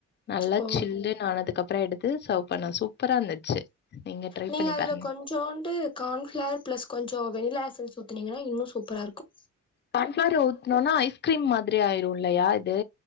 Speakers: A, on the left; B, on the left.
A: நல்லா
B: ஓ
A: ஜில்லுனு ஆனதுக்கு அப்புறோ எடுத்து சர்வ் பண்ணோ சூப்பரா இருந்துச்சு ட்ரை
B: நீங்க
A: பண்ணி
B: அதுல
A: பாருங்க
B: கொஞ்சோண்டு கார்ன்ஃப்ளவர் பிளஸ் கொஞ்சொ வெணிலா எசன்ஸ் ஊத்தினீங்கன்னா இன்னூ சூப்பரா இருக்கூ
A: சன்ஃப்ளவர் ஊத்துனோன்னா ஐஸ்கிரீம் மாதிரி ஆயிரும் இல்லையா இது